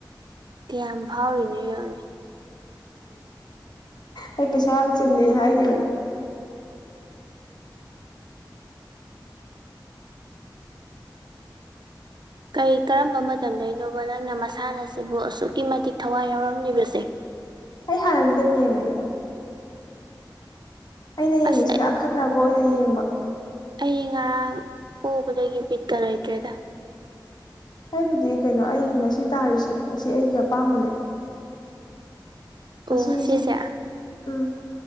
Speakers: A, on the right; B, on the left.
A: ꯀꯌꯥꯝ ꯐꯥꯎꯔꯤꯅꯣ ꯌꯣꯉꯣꯅꯦ
B: ꯑꯩ ꯄꯩꯁꯥ ꯌꯥꯝ ꯆꯤꯜꯂꯤ ꯍꯥꯏꯈꯤꯕꯅꯦ
A: ꯀꯔꯤ ꯀꯔꯝꯕ ꯃꯇꯝꯗꯒꯤꯅꯣꯕ ꯅꯪꯅ ꯃꯁꯥꯟꯅ ꯑꯁꯤꯕꯨ ꯑꯁꯨꯛꯀꯤ ꯃꯇꯤꯛ ꯊꯋꯥꯏ ꯌꯥꯎꯔꯝꯂꯤꯕꯁꯦ
B: ꯑꯩ ꯍꯥꯟꯅꯗꯤ ꯑꯗꯨꯝ ꯌꯦꯡꯉꯛꯏꯗ ꯑꯩꯅ ꯌꯦꯡꯉꯤꯁꯤꯅ
A: ꯑꯁ
B: ꯑꯈꯟꯅꯕ ꯑꯣꯏꯅ ꯌꯦꯡꯕ
A: ꯑꯩ ꯉꯔꯥꯡ ꯄ ꯀꯒꯤ ꯄꯤꯠꯀ ꯂꯩꯏꯇ꯭ꯔꯦꯗ
B: ꯑꯩꯕꯨꯗꯤ ꯀꯩꯅꯣ ꯑꯩꯒꯤ ꯉꯁꯤ ꯇꯥꯔꯤꯁꯦ ꯑꯁꯤ ꯑꯩꯒꯤ ꯑꯄꯥꯝꯕꯅꯦ
A: ꯑꯣ
B: ꯉꯁꯤꯒꯤꯁꯦ
A: ꯉꯁꯤꯁꯦ
B: ꯎꯝ